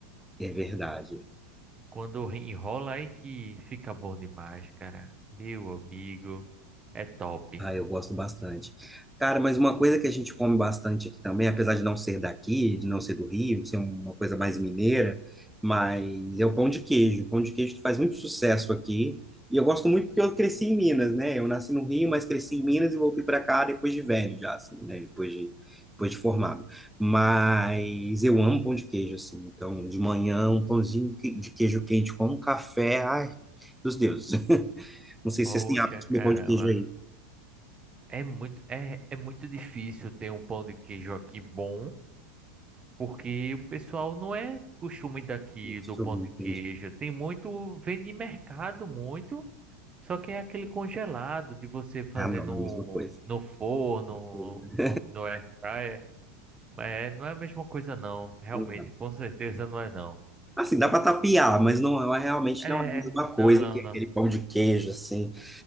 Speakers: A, in the centre; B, on the right.
A: É verdade.
B: quando enrola aí que fica bom demais, cara. Meu amigo, é top.
A: Ah, eu gosto bastante. Cara, mas uma coisa que a gente come bastante aqui também, apesar de não ser daqui, de não ser do Rio, ser uma coisa mais mineira, mas é o pão de queijo. O pão de queijo faz muito sucesso aqui. E eu gosto muito porque eu cresci em Minas, né? Eu nasci no Rio, mas cresci em Minas e voltei para cá depois de velho, já, assim, né? Depois de, depois de formado. Mas eu amo pão de queijo, assim. Então, de manhã, um pãozinho que- de queijo quente com um café, ai, dos deuses. <laughs> Não sei
B: Poxa,
A: se vocês têm hábito de comer
B: caramba.
A: pão de queijo aí.
B: É muito, é, é muito difícil ter um pão de queijo aqui bom, porque o pessoal não é costume daqui
A: Gostou,
B: do pão
A: entendi.
B: de queijo. Tem muito, vende em mercado muito, só que é aquele congelado de você fazer
A: Ah, não,
B: no,
A: não é a mesma coisa.
B: no forno,
A: Não.
B: no, no air fryer. É, não é a mesma coisa não, realmente,
A: não.
B: com certeza não é não.
A: Assim, dá para tapear, mas não é realmente
B: É,
A: não é a mesma coisa
B: não, não,
A: que aquele
B: não.
A: pão de queijo, assim. que